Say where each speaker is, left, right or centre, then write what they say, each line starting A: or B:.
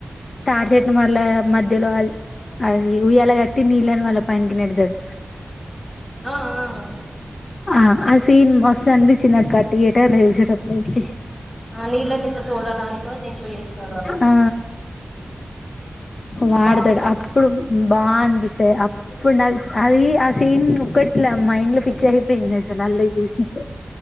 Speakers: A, on the left; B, on the left.
A: తాడిచెట్టు మర్ల మధ్యలో అది ఉయ్యలా కట్టి నీళ్ళని వాళ్ళ పైన్కి నెడదాడు.
B: ఆ ఆ
A: ఆ ఆ సీన్ మస్త్ అనిపించింది అక్క థియేటర్ లో చూసెట్టపడయితే
B: ఆ నీళ్ళనింత చూడడానికో దేనికో చేస్తాడు వాడు
A: ఆ వాడదాడు
B: బాగుంటది
A: అప్పు ఇప్పుడు బా అనిపిస్తాయి. అప్పుడు నా అది ఆ సీన్ ఒకట్లా మైండ్ లో ఫిక్స్ అయి పస న ూ <unintelligible>